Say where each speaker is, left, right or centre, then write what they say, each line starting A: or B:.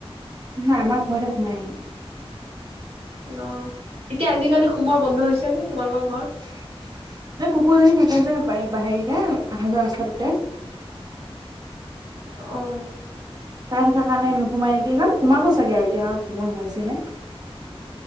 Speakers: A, on the right; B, on the right.
A: ন আমাৰ ঘৰে সোমাই আহিম।
B: অ এতিয়া আজিকালি সোমোৱা বন্ধ হৈছে নে? তোমালোকৰ ঘৰত
A: ন কুকুৰ যদি থকা যে হেৰিতে আহ যোৱা ৰাস্তাটোতে
B: অ
A: তাই থকাৰ কাৰণে নোসোমাই নেকি জান সোমাব চাগে আৰু এতিয়া সময় হৈছেহে।